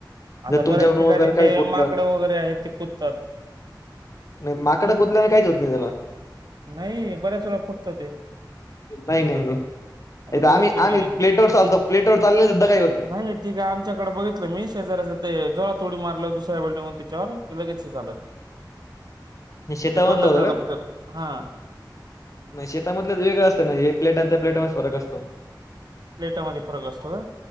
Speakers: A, on the right; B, on the left.
A: आता
B: जर तुमच्याकडून
A: बऱ्याच ठिकाणी
B: वगैरे काही
A: ते
B: फुटलं
A: माकडं वगैरे आहेत ते कुदतात.
B: नाही माकडं कुदल्याने काहीच होत नाही त्याला.
A: नाही बऱ्याच वेळा फुटतं ते.
B: नाही नाही नाही
A: आता
B: नाही तर
A: बघितलं
B: आम्ही
A: मी
B: आम्ही प्लेटवर चालतो प्लेटवर चालले सुद्धा काही होत
A: नाही ठीक आहे आमच्याकडे बघितलं मी शेजऱ्याचं ते ला तोडी मारलं <unintelligible> त्यािच्यावर ते लगेच ही झालं
B: शेता
A: मग ते बंदच
B: मदल होत
A: झालं
B: का
A: मग हा
B: नाही शेतामधलंच वेगळं असत ना हे प्लेट त्या प्लेटामध्ये फरक असतो
A: प्लेटामध्ये फरक असतो का?